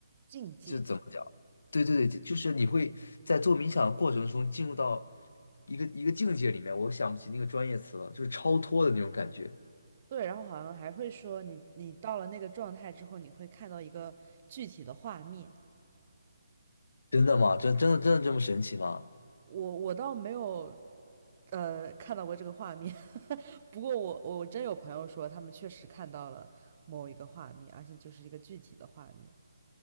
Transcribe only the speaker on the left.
这怎么讲？对对对，就是你会在做冥想的过程中进入到一个一个境界里面，我想不起那个专业词了，就是超脱的那种感觉。
真的吗？真真的真的这么神奇吗？